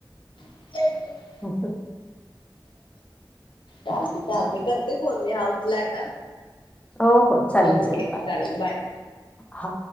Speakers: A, on the left (about 80°); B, on the left (about 15°).
A: होय
B: अहह
A: चालते चालते करते फोन मी आउटलट
B: हो हो चालेल
A: ओके
B: बाय.
A: चालेल बाय
B: हा.